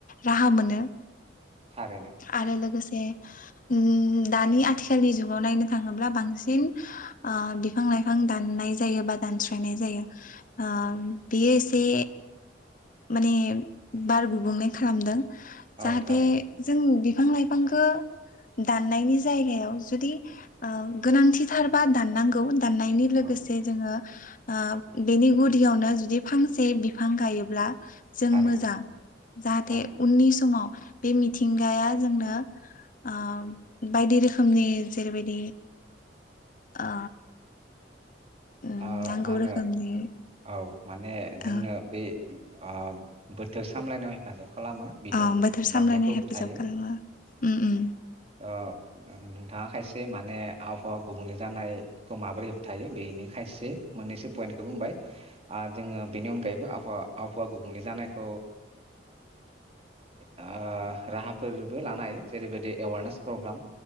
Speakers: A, on the left (about 45°); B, on the right (about 35°).
A: राहा मोनो।
B: थारैनो
A: आरो लोगोसे। उम दानि आथिखालनि जुगाव नायनो थाङोब्ला बांसिन ओ-बिफां लाइफां दाननाय जायो बा दानस्रायनाय जायो ओ बेयो एसे। माने बार गुबुंले खालामदों।
B: औ
A: जाहाथे
B: थारैनो
A: जों। बिफां लाइफांखो दाननायनि जायगायाव जुदि ओ गोनांथिथारबा दाननांगौ। दाननायनि लोगोसे
B: औ
A: जोङो। ओ बेनि गुदियावनो जुदि फांसे बिफां गायोब्ला। जों
B: थारैनो
A: मोजा जाहाथे
B: थारैनो
A: उननि समाव। बे मिथिंगाया जोंनो ओ बायदि रोखोमनि जेरैबायदि ओ। उम
B: ओ-मा
A: नांगौ
B: होनो
A: रोखोमनि
B: औ माने जोंनो
A: ओ
B: बे। ओ बोथोर सामलायनायाव हेफाजाब। खालामो बिदुं
A: औ बोथोर सामलायनाय
B: बांनायखौ होबथायो
A: हेफाजाब खालामो उम उम
B: ओ-नोंथाङा खायसे मान। माने आबहावा गुबुंले जानाय-खौ माबोरै होबथायो बेनि। खायसे मोननैसो पइन्टखौ बुंबाय आरो जोङो बेनि अनगायैबो आबहावा-आबहावा गुबुंले जानायखौ। ओ-राहाफोरबो लानाय जेरैबायदि एवारनेस प्रग्राम